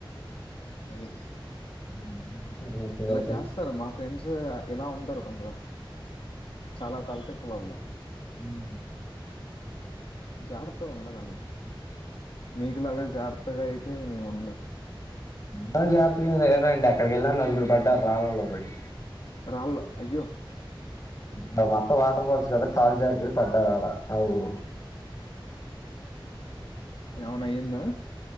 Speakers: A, on the left; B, on the left.
A: అది
B: <inaudible> చివరికి
A: ఇలా చేస్తారు మా ఫ్రెండ్స్ ఎలా ఉంటారు కొందరు చాల తలకా <unintelligible>
B: <inaudible>
A: జాగ్రత్తగా ఉండాలండి మీకులాగా జగ్రతగా అయితే మేము <unintelligible>
B: జాగ్రత్తగానే లేదండి అక్కడికి వెళ్ళాను నలుగురు పడ్డారు రాళ్లలో బడి
A: రాళ్ల అయ్యో
B: అక్కడ మొత్తం వాటర్ ఫాల్స్ కదా కాలు జారిపోయి పడ్డారు ఆడా నలుగురు
A: ఎమ్మన <unintelligible> ఆ